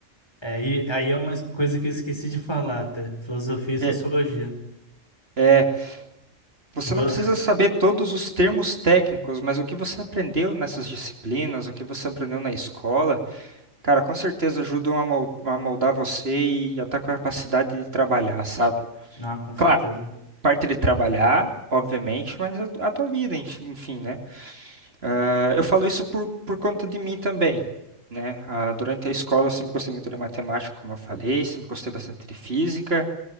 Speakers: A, on the left; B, on the right.
A: É, e, aí é uma coisa que eu esqueci de falar até. Filosofia e sociologia.
B: É, é, você
A: Do...
B: não precisa
A: <laughs>
B: saber todos os termos técnicos, mas o que você aprendeu nessas disciplinas, o que você aprendeu na escola, cara, com certeza ajudam a mol- a moldar você e a tua capacidade de trabalhar, sabe?
A: Ah, com certeza.
B: claro parte de trabalhar, obviamente, mas a, tu- a tua vida, enf- enfim, né? Ah, eu falo isso por, por conta de mim também, né? Ah, durante a escola eu sempre gostei muito de matemática, como eu falei, sempre gostei bastante de física.